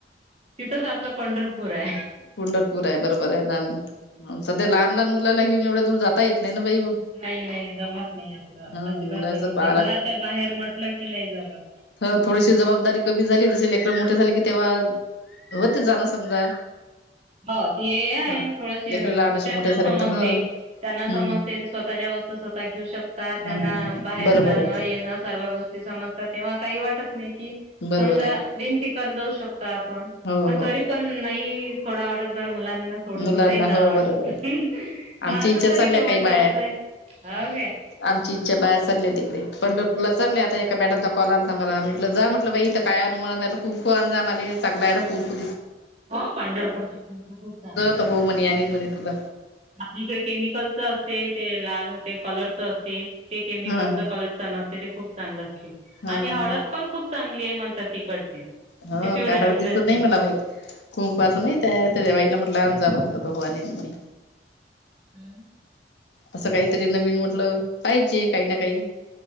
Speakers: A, on the right; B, on the left.
A: तिथंच आपलं पंढरपूरेय.
B: पंढरपूरे बरोबरे, लहान सध्या लहान लहान मुलाला घेऊन एवढ्या दूर जाता येत नाही ना बाई व
A: नाही नाही जमत नाही. आपलं
B: हा
A: अजिबात
B: मुलाच
A: जमत
B: पा
A: नाही घराच्या बाहेर म्हटलं की, नाही जमत.
B: तर थोडीशी जबाबदारी कमी झाली. लेकर मोठे झाले की तेव्हा होते जाण समजा.
A: हो ते आहे
B: ह
A: थोडेसे
B: लेकर लहानाचे
A: त्यांना
B: मोठे झाले
A: समजते.
B: तर ह
A: त्यांना समजते
B: हम्म
A: स्वतःच्या वस्तू स्वतः घेऊ शकता त्यांना
B: ह ह
A: बाहेर
B: बरोबर
A: जाणं
B: आहे
A: येणं सर्व गोष्टी ते समस तेव्हा काही वाटत नाही? कि
B: बरोबर
A: समजा
B: आहे
A: बनतीकार जाऊ शकत आपण
B: हो
A: पण
B: हो
A: तरी पण नइ थोडा वाटत बर मुला या ना सोडून
B: मुलांना
A: नाही जाव
B: हो
A: वाटत
B: बरोबर आहे आमची
A: माझ
B: इच्छा
A: तरी
B: चालल्या
A: म्हणजे
B: काही बाया
A: असं हाय हे
B: आमची इच्छा बाहेर चालली आहे तिकडे पणपुला चालले आता एका बॅटाचा कॉल आलाता मला म्हटलं जा म्हटलं बाई इथं काय अनुमनुन जा आले सगलायला तुमकु
A: हो पंढरपरच खूप आपलीकडे
B: तर हो म्हणे आणीन म्हणे तुला
A: केमिकलच असते ते लाल हो ते कलरच असते ते केमिकलचा
B: हा हा
A: कलर च न असते ते खूप चांगलं असते
B: हा
A: आणि
B: मग
A: हळद पण खूप चांगली आहे म्हणतात तिकडची ते
B: ह
A: पिवळ्या
B: का
A: रंगाची
B: हळदीच नाही मला माहित कुंकवाचं माह आहे त्याच्या बाईला म्हटलं अंजा म्हटलं होोवा नि नाही
A: मम
B: असं काहीतरी नवीन म्हटलं पाहिजे काही ना काही